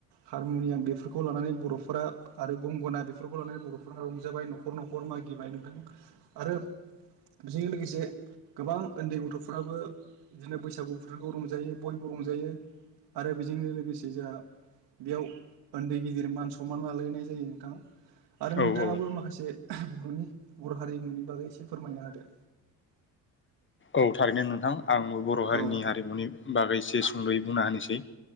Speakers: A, on the right; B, on the left.
A: हारमुनियाम बेफोरखौ लानानै बर'फोरा आरो गंगोना बेफोरखौ लानानै बर'फोरा रंजाबाय न'खर न'खर मा गिबाय नोंथां आरो बेजों लोगोसे गोबां उन्दै गथ'फ्राबो बिदिनो बैसागु बोथोरखौ रंजायो बयबो रंजायो आरो बेजोंनो लोगोसे जोंहा बेयाव उन्दै गिदिर मान सनमान लालानाय जायो नोंथां आरो
B: औ
A: नोंथाङाबो
B: औ
A: माखासे बर'नि बर' हारिमुनि बागै एसे फोरमायना होदो
B: औ थारैनो नोंथां आंबो बर' हारिनि
A: औ
B: हारिमुनि बागै एसे सुंद'यै बुंना होनोसै